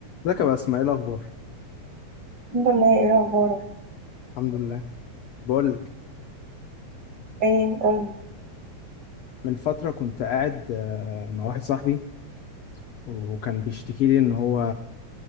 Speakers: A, on the left; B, on the right.
A: ازيك يا باسم ايه الاخبار
B: الحمد لله ايه اخبارك
A: الحمد لله بقول لك
B: ايه قولي
A: من فتره كنت قاعد آه، مع واحد صاحبي وكان بيشتكي لي ان هو